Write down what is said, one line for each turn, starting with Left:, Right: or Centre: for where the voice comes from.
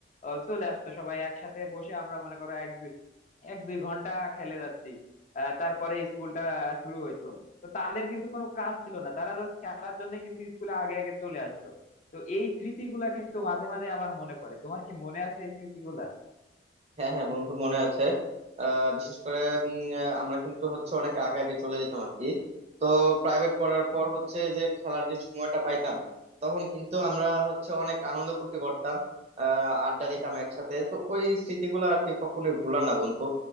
Left: আহ, চলে আসতো সবাই একসাথে বসে আমরা মনে করো এক দুই এক দুই ঘন্টা খেলে যাচ্ছি আহ, তারপরে স্কুলটা শুরু হইতো তো তাদের কিন্তু কোনো কাজ ছিল না তারা জাস্ট খেলার জন্য কিন্তু স্কুলে আগে আগে চলে আসতো তো এই স্মৃতিগুলা কিন্তু মাঝে মাঝে আমার মনে পড়ে তোমার কি মনে আছে এই স্মৃতিগুলা
Right: হ্যাঁ হ্যাঁ বন্ধু মনে আছে আহ বিশেষ করে উম, আহ, আমরা কিন্তু হচ্ছে অনেক আগে আগে চলে যেতাম আর কি তো প্রাইভেট পড়ার পর হচ্ছে যে খেলার যে সময়টা পাইতাম তখন কিন্তু আমরা হচ্ছে অনেক আনন্দ ফুর্তি করতাম আহ আড্ডা দিতাম একসাথে তো ওই স্মৃতিগুলো আর কি কখনোই ভুলার না বন্ধু